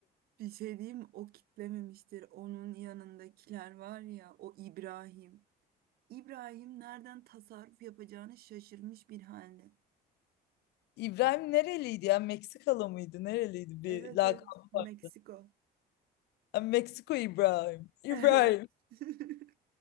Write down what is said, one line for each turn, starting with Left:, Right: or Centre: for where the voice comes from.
Right: bir şey diyeyim o kitlememiştir. Onun yanındakiler var ya o İbrahim. İbrahim nereden tasarruf yapacağını şaşırmış bir halde.
Left: İbrahim nereliydi ya? Meksikalı mıydı? Nereliydi bir
Right: Evet
Left: lakabı
Right: evet Meksiko.
Left: var. Ha, Meksiko İbrahim. İbrahim.
Right: Evet. <laughs>